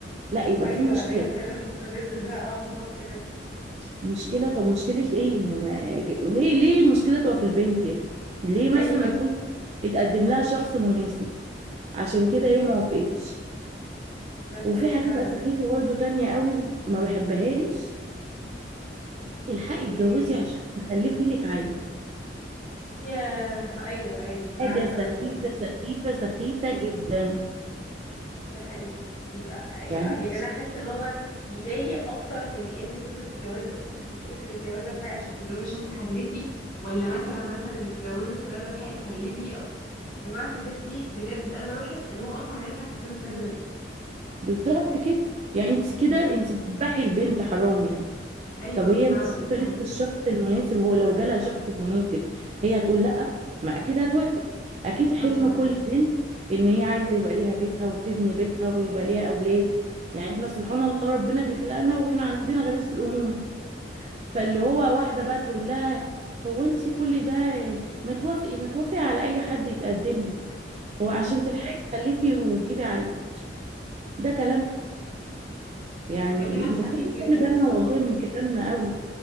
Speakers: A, on the right; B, on the left.
A: لا يبقى
B: ايوه
A: في مشكله
B: ايوه الكلام المستفز ده اه بالظبط كده
A: مشكله طب مشكله ايه ما... ج- ليه ليه المشكله تبقى في البنت يعني ليه مثلا
B: ايوه
A: ما يكون اتقدم لها شخص مناسب عشان كده ايه ما وافقتش
B: مثلا
A: وفي حاجه
B: فعلا
A: بقى سخيفه برضه تانية قوي ما بحبهاش الحقي
B: اللي
A: اتجوزي
B: هي ايه
A: عشان تخلفي لك عيل
B: ياه ايوه ايوه انا
A: حاجه
B: عارفة
A: سخيفه
B: الموضوع ده
A: سخيفه سخيفه جدا
B: ده حقيقي دي يعني
A: يعني
B: انا حاسه ان هو يضايق اكتر من ان فكره الجواز بس يعني فكره ان الجواز الحقي عشان تتجوزي عشان تخلفي ولا مثلا مثلا اللي اتجوزت فيلا الحقي خلفي او يا جماعه الحاجات دي بجد انا بقى بحس ان هو اصلا عيب حد يتكلم في حاجه زي كده
A: بالظبط كده يعني انت كده
B: امم
A: انت بتذبحي البنت حرام يعني
B: ايوه
A: طب هي
B: فعلا
A: مش شايفه
B: والله
A: لسه الشخص المناسب هو لو جالها شخص مناسب هي هتقول لا ما اكيد هتوافق اكيد حلم
B: مثلا
A: كل بنت ان هي عايزه يبقى ليها بيتها وتبني بيتها ويبقى ليها اولاد يعني احنا سبحان الله ربنا بيخلقنا واحنا عندنا غريزه الامومه فاللي هو واحده بقى تقول لها هو انت كل ده ما توافقي ما توافقي على اي حد يتقدم لك هو
B: امم
A: عشان تلحقي تخلفي وتجيبي عيل ده كلام يعني
B: ده كلام
A: المفروض
B: سخيف
A: نخلي
B: جدا
A: بالنا
B: بصراحه
A: والله من كلامنا قوي